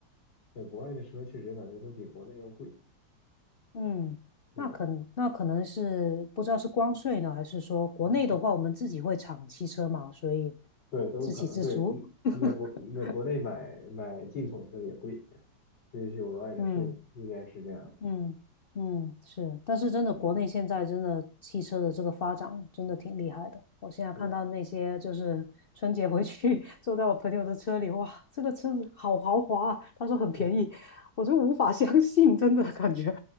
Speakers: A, on the left; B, on the left.
A: 在国外的车确实感觉都比国内要贵，
B: 嗯，
A: 是吧？
B: 那可那可能是不知道是关税呢，还是说国内的话，
A: 嗯都
B: 我们自己会产汽车嘛，所以
A: 对，都有可能对。
B: 自给自足。<laughs>
A: 嗯，在国在国内买买进口车也贵，这是有额外的税的应该是这样的。
B: 嗯。嗯嗯，是，但是真的，
A: 是吧？
B: 国内现在真的汽车的这个发展真的挺厉害的。我现在看到那些就是春节回去
A: 是的。
B: <laughs> 坐在我朋友的车里，哇，这个车子好豪华啊，他说很便宜，
A: 哦，
B: 我就无法相信，真的感觉。